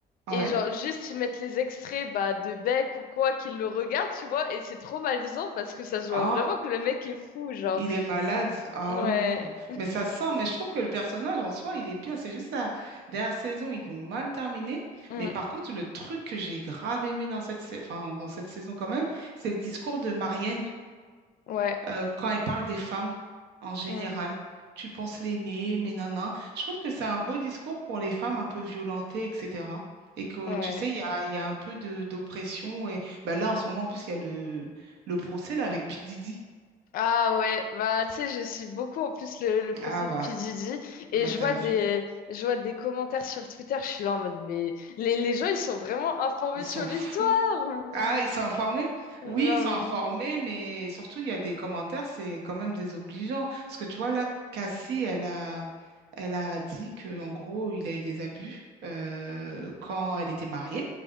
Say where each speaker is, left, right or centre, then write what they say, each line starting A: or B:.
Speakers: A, on the left; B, on the right.
A: et
B: Ouais.
A: genre juste ils mettent les extraits bah, de Beck ou quoi qu'ils le regardent, tu vois, et c'est trop malaisant parce que ça se voit
B: Oh.
A: vraiment que le mec est fou, genre.
B: Il est malade. Ah
A: Ouais.
B: oui, oui. Mais ça sent. Mais je trouve que le personnage en soi, il est bien. C'est juste la dernière saison, ils l'ont mal terminé.
A: Mm.
B: Mais par contre, le truc que j'ai grave aimé dans cette, sa- enfin, dans cette saison quand même, c'est le discours de Marianne
A: Ouais.
B: euh, quand elle parle des femmes en général.
A: Hmm,
B: Tu penses l'aimer, mais non. Je trouve que c'est un beau discours pour les femmes un peu violentées, etc. Et que
A: ouais.
B: tu sais, il y a, il y a un peu de d'oppression. Et bah là, en ce moment, en plus, il y a le, le procès là, avec P. Diddy.
A: Ah ouais, bah tu sais, je suis beaucoup en plus le, le procès
B: Ah
A: de
B: bah,
A: P. Diddy et
B: bah
A: je
B: t'as
A: vois
B: vu.
A: des, je vois des commentaires sur Twitter, je suis là en mode mais les, les gens ils sont vraiment informés
B: Ils
A: sur
B: sont fous.
A: l'histoire ou...
B: Ah, ils sont informés?
A: Non
B: Oui, ils sont
A: mais...
B: informés, mais surtout, il y a des commentaires, c'est quand même désobligeant. Parce que tu vois, là, Cassie, elle a, elle a dit que en gros, il a eu des abus euh, quand elle était mariée.